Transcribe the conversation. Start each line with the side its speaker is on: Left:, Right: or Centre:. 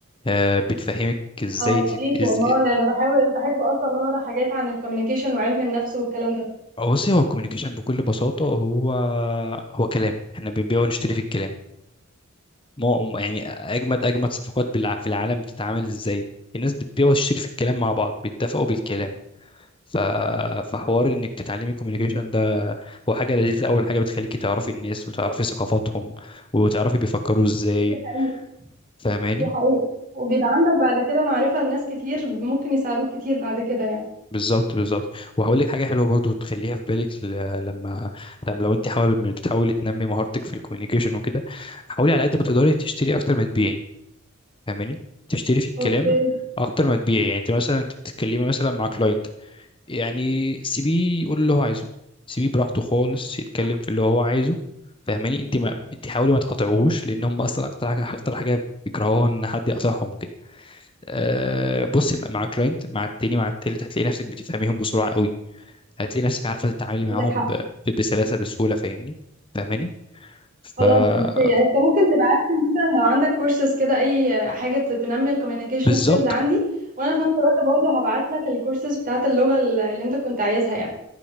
Left: آه، بتفهمك ازاي
Right: اه
Left: تت-
Right: يا ريت والله
Left: إز-
Right: انا بحاول بحب اصلا اقرا حاجات عن الكوميونيكيشن وعلم النفس والكلام ده
Left: آه، بصي هو الكوميونيكيشن بكل بساطة هو هو كلام احنا بنبيع ونشتري في الكلام ما يعني أجمد أجمد صفقات بالع- في العالم بتتعامل إزاي الناس بتبيع وتشتري في الكلام مع بعض بيتفقوا بالكلام ف... فحوار إنك تتعلمي الكوميونيكيشن ده هو حاجة لذيذة أول حاجة بتخليكي تعرفي الناس وتعرفي ثقافاتهم وتعرفي بيفكروا إزاي
Right: دي حقيقة
Left: فاهماني
Right: دي حقيقة وبيبقى عندك بعد كده معرفة لناس كتير ممكن يساعدوك كتير بعد كده يعني
Left: بالظبط بالظبط وهقول لك حاجه حلوه برضو تخليها في بالك ل- لما لما لو انت حابب إنك بتحاولي تنمي مهارتك في الكوميونيكيشن وكده حاولي على قد ما تقدري تشتري اكتر ما تبيعي فاهماني تشتري في الكلام
Right: اوكي
Left: اكتر ما تبيعي يعني انت مثلا انت بتتكلمي مثلا مع كلاينت يعني سيبيه يقول اللي هو عايزه سيبيه براحته خالص يتكلم
Right: صح
Left: في اللي هو عايزه فاهماني انت ما انت حاولي ما تقاطعوهوش لان هم اصلا اكتر حاجه اكتر حاجه بيكرهوها ان حد يقاطعهم وكده أه بصي مع كلاينت مع client، مع التاني مع التالت هتلاقي نفسك بتفهميهم بسرعه قوي هتلاقي نفسك عارفه تتعاملي معاهم
Right: عندك حق
Left: ب- ب- بسلاسه بسهوله فاهمني فاهماني فبالظبط
Right: خلاص بس يعني انت ممكن تبعت لي مثلا لو عندك كورسز كده اي حاجه ت- تنمي الكوميونيكيشن
Left: بالظبط
Right: سكيلز عندي وانا في نفس الوقت برضه هبعت لك الكورسز بتاعت اللغه ال- اللي انت كنت عايزها يعني